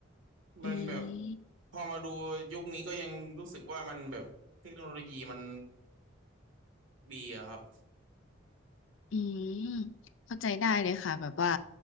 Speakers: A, on the right (about 70°); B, on the left (about 70°).
A: มันแบบ
B: อืม
A: พอมาดูยุคนี้ก็ยังรู้สึกว่ามันแบบเทคโนโลยีมันดีอะครับ
B: อืมเข้าใจได้เลยค่ะแบบว่า